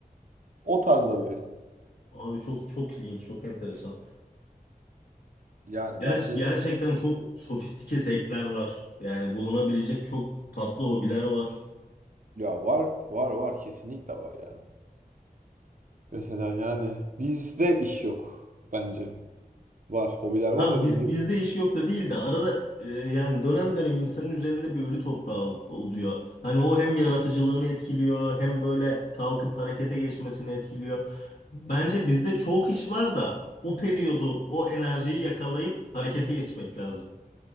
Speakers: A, on the right (about 55°); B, on the left (about 65°).
A: O tarzda bir oyun.
B: Abi çok çok ilginç, çok enteresan.
A: Yani
B: Ger-
A: bence
B: gerçekten
A: de.
B: çok sofistike zevkler var. Yani bulunabilecek çok tatlı hobiler var.
A: Ya var var var kesinlikle var yani. Mesela yani bizde iş yok bence. Var hobiler var
B: Abi
A: da
B: biz
A: bizde.
B: bizde iş yok da değil de arada e, yani dönem dönem insanın üzerinde bir ölü toprağı ol- oluyor. Hani o hem yaratıcılığını etkiliyor hem böyle kalkıp harekete geçmesini etkiliyor. Bence bizde çok iş var da o periyodu, o enerjiyi yakalayıp harekete geçmek lazım.